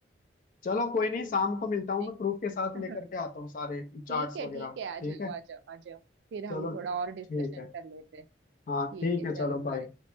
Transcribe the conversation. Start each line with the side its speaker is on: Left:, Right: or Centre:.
Left: चलो कोई नहीं शाम को मिलता हूँ
Right: नहीं?
Left: मैं प्रूफ के साथ
Right: <laughs>
Left: लेकर के आता हूँ सारे चार्ट्स
Right: ठीक है
Left: वगैरह
Right: ठीक है आ
Left: ठीक
Right: जाओ
Left: है
Right: आ जाओ आ जाओ फिर हम
Left: चलो
Right: थोड़ा और डिस्कशन
Left: ठीक है
Right: कर लेते हैं
Left: हाँ
Right: ठीक
Left: ठीक
Right: है
Left: है चलो
Right: चलो
Left: बाय
Right: बाय